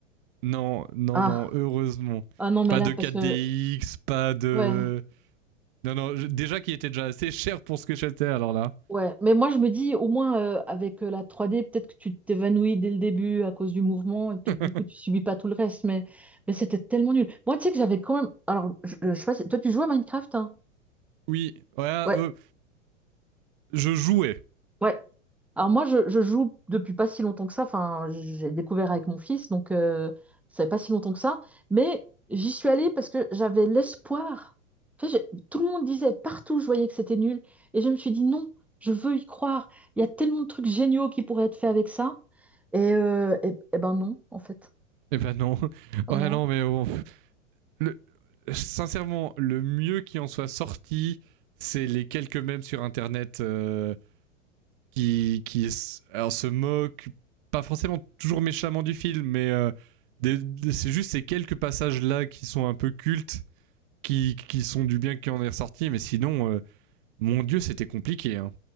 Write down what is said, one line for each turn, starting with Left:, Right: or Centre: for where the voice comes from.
Right: Non, non,
Centre: Ah,
Right: non, heureusement.
Centre: ah non, mais
Right: Pas
Centre: là,
Right: de
Centre: parce
Right: 4DX,
Centre: que,
Right: pas de
Centre: ouais,
Right: Non, non, je- déjà qui était déjà assez cher pour ce que j'étais, alors là.
Centre: ouais. Mais moi, je me dis, au moins, euh, avec euh, la trois d peut-être que tu t'évanouis dès le début à cause du mouvement et puis
Right: <laughs>
Centre: que du coup, tu subis pas tout le reste. Mais, mais c'était tellement nul. Moi, tu sais que j'avais quand même. Alors, je, je sais pas si. Toi, tu joues à Minecraft, hein?
Right: oui, ouais,
Centre: Ouais,
Right: euh, je jouais.
Centre: ouais. Alors moi, je, je joue depuis pas si longtemps que ça. Enfin, j'ai découvert avec mon fils, donc euh, ça fait pas si longtemps que ça. Mais j'y suis allée parce que j'avais l'espoir. Tu sais, j'ai- tout le monde disait partout, je voyais que c'était nul. Et je me suis dit non, je veux y croire. Il y a tellement de trucs géniaux qui pourraient être faits avec ça. Et, euh, et- et ben non, en fait.
Right: Eh ben non. <laughs> Ouais,
Centre: Non.
Right: non, mais bon. Le- sincèrement, le mieux qui en soit sorti, c'est les quelques mèmes sur Internet euh, qui, qui alors, se moquent, pas forcément toujours méchamment du film, mais euh, des- des- c'est juste ces quelques passages-là qui sont un peu cultes, qui, qui sont du bien qui en est ressorti, mais sinon, euh, mon Dieu, c'était compliqué. hein.